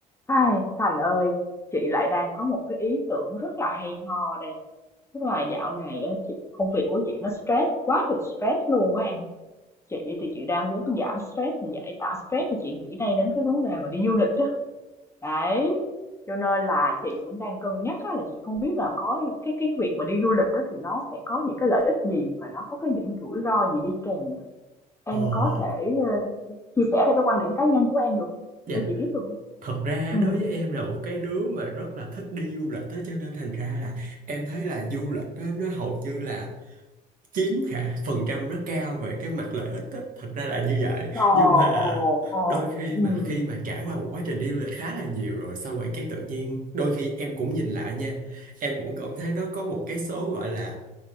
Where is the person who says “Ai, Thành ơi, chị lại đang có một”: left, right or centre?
Left